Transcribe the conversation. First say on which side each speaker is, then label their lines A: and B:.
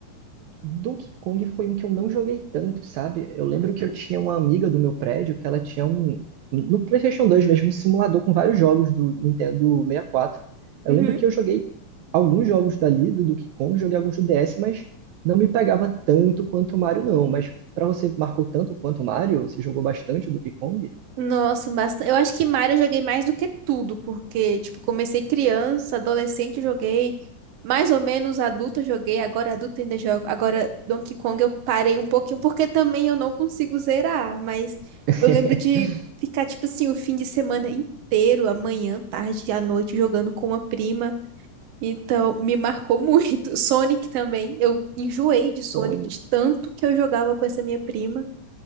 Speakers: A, on the right (about 85°); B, on the right (about 70°).
A: Donkey Kong foi um que eu não joguei tanto, sabe? Eu lembro que eu tinha uma amiga do meu prédio que ela tinha um. No PlayStation 2 mesmo, um simulador com vários jogos do Nintendo 64. Eu
B: Uhum.
A: lembro que eu joguei alguns jogos dali, do Donkey Kong, joguei alguns do DS, mas não me pegava tanto quanto o Mario, não. Mas pra você, marcou tanto quanto o Mario? Você jogou bastante o Donkey Kong?
B: Nossa, bastante. Eu acho que Mario eu joguei mais do que tudo, porque, tipo, comecei criança, adolescente eu joguei, mais ou menos adulto eu joguei, agora adulto ainda jogo. Agora Donkey Kong eu parei um pouquinho, porque também eu não consigo zerar, mas
A: <laughs>
B: eu lembro de ficar, tipo assim, o fim de semana inteiro, amanhã, tarde, à noite, jogando com uma prima. Então, me marcou muito. <laughs> Sonic também, Eu enjoei de Sonic,
A: Sonic.
B: de tanto que eu jogava com essa minha prima.